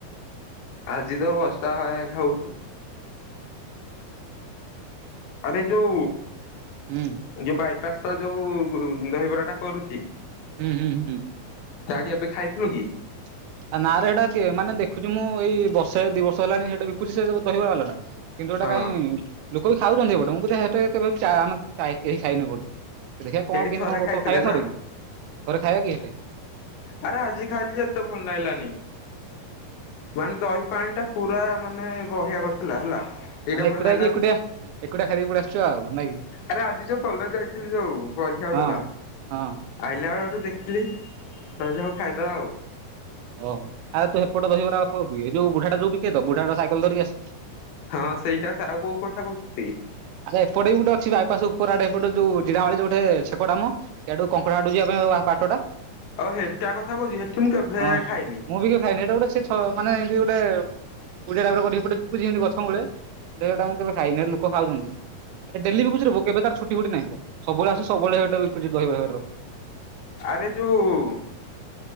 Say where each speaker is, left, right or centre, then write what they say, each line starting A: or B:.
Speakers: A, on the left; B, on the right.
A: ଆଜି ତ ବର୍ଷା ହେଲା ଭଳିଆ ହଉଚି ଆରେ ଯୋଉ
B: ହୁଁ।
A: ଯୋଉ ବାଇପାସ ତ ଯୋଉ ଦହିବରା ଟା କରୁଚି
B: ହୁଁ ହୁଁ ହୁଁ।
A: ତାହାରି ପାଖେ ଖାଇଥିଲୁ କି?
B: <inaudible> ଆ ନାଁରେ ସେଇଟା କିଏ ମାନେ ଦେଖୁଛୁ ମୁଁ ଏଇ ବର୍ଷେ ଦିଇ ବର୍ଷ ହେଲାଣି ସେଇଟା ବିକୁଛି ସେ ଦହିବରା ବାଲାଟା। କିନ୍ତୁ ଏଟା
A: ହଁ
B: କାହିଁ ଲୋକ ବି ଖାଉଛନ୍ତି ଏପଟେ ମୁଁ ତ ହେ ତ କେବେ ଚା କେହି ଖାଇନି ଏପଟେ। ଦେଖିବା କଣ
A: ସେଇଠି
B: କେମିତି
A: ଥରେ
B: କଣ
A: ଖାଇଥିଲେ
B: କ ଖାଇବା
A: ନା
B: ଥରେ କି ଥରେ ଖାଇବା କି ସେଠେ?
A: ଛାଡ ଆରେ ଆଜି ଖାଇଲି ଯେ ଏତେ ଭଲ ଲାଗିଲାନି। ମାନେ ଦହି ପାଣିଟା ପୁରା ମାନେ ବହିଆ କରିଥିଲା ହେଲା। ଏଇଟା
B: ମାନେ
A: ଭଲ
B: ଏକୁଟା
A: ଲାଗିଲା
B: କି ଏକୁଟିଆ ଏକୁଟିଆ ଖାଇଦେଇକି ପଳେଇ ଆସିଛୁ ଆଉ ନାଇଁ କି?
A: ଆରେ ଆଜି ଯୋଉ କଲେଜ ଯାଇଥିଲି ଯୋଉ ପରୀକ୍ଷା ହଉଥିଲା।
B: ହଁ। ହଁ
A: ଆଇଲା ବେଳେ ଠୁ ଦେଖିଲି କହିଲେ ହଉ ଖାଇଦେବା ଆଉ
B: ଓହ ଆରେ ତୁ ଏପଟେ ଆଉ ଖାଉ କି ଏ ଯୋଉ ବୁଢାଟା ଯୋଉ ବିକେ ତ ବୁଢାଟା ସାଇକଲ ଧରିକି ଆସେ
A: ହଁ ସେଇଟା ଆଉ କୋଉ କଥା କହୁଛନ୍ତି?
B: ଆ୍ ଏପଟ ବି ଗୋଟେ ଅଛି ବାଇପାସ ଉପର ଆଡେ ଏପଟ ଯୋଉ ଜଡାମାଳି ଯ ଗୋଟେ ଛେକଟା ମ ସିଆଡୁ କଙ୍କଡାହାଟ ଆଡୁ ଯିବା ପାଇଁ ଯୋଉ ବାଟଟା
A: ଆଉ ହେଟା କଥା କହୁଛୁ ସେଠୁ ମୁଁ କେବେ
B: ହଁ।
A: ଖାଇନି?
B: ମୁଁ ବି ଖାଇନି ଏଇଟା ଗୋଟେ ସେ ହଁ ମାନେ ଏନ୍ତି ଗୋଟେ ପୁଡିଆ ଟାଇପର ବିକୁଛି ଗୋଟେ ଗଛ ମୂଳେ ଗଛ ସେଇଟା ମୁଁ କେବେ ଖାଇନି ଲୋକ ଖାଉଛନ୍ତି। ଡେଲି ବିକୁଚିରେ ପୁଅ କେବେ ତାର ଛୁଟି ଫୁଟି ନାହିଁ ସବୁବେଳେ ଆସୁଛି ସବୁବେଳେ ବିକୁଛି ଦହିବରା
A: ଆରେ ଯୋଉ